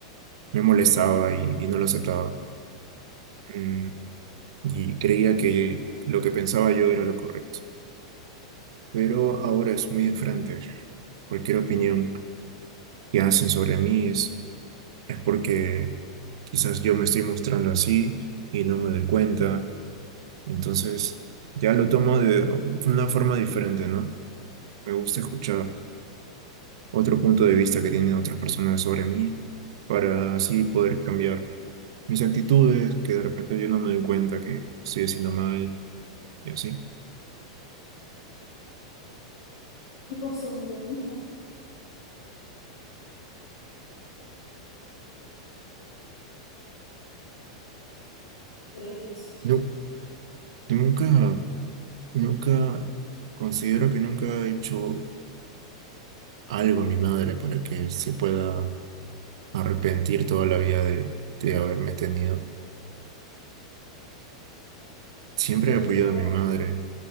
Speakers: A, on the right (about 70°); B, on the left (about 75°).
A: me molestaba y, y no lo aceptaba. Mm, y creía que lo que pensaba yo era lo correcto. pero ahora es muy diferente. Cualquier opinión que hacen sobre mí es, es porque quizás yo me estoy mostrando así y no me doy cuenta. Entonces, ya lo tomo de una forma diferente, ¿no? Me gusta escuchar otro punto de vista que tienen otras personas sobre mí para así poder cambiar mis actitudes, que de repente yo no me doy cuenta que estoy haciendo mal y así.
B: Y vos sos un buen hijo, crees que sos,
A: No, nunca, nunca, considero que nunca he hecho algo a mi madre para que se pueda arrepentir toda la vida de, de haberme tenido. Siempre
B: pero
A: he apoyado a mi madre,